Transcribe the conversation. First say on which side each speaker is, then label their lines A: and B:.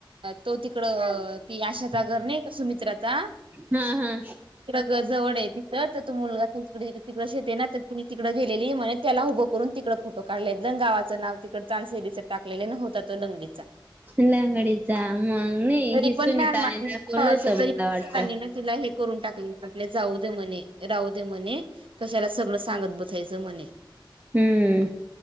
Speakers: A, on the right (about 85°); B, on the right (about 20°).
A: तो तिकड ती आशाचा घर नाही क सुमित्राचा
B: हा हा.
A: तिकड घर जवळ आहे ते. तर तर तो मुलगा तिकडे तिकडे शेते ना तर तिनी तिकड गेलेली म्हणे त्याला उभं करून तिकडं फोटो काढलेत जा गावाच नाव तिकड चार शैलीचा टाकलेल न होता तो लंगवी चा.
B: लंगडीचा मग नाही
A: तरी
B: हे सुनीताने
A: पण <unintelligible>
B: दाखवलं होतं
A: तरी
B: मला
A: पण
B: वाटतं.
A: सरांनी ना तिला खाली करून टाकले. आपले जाऊ दे म्हणे राहू दे म्हणे कशाला सगळ सांगत बसायच म्हणे.
B: हम्म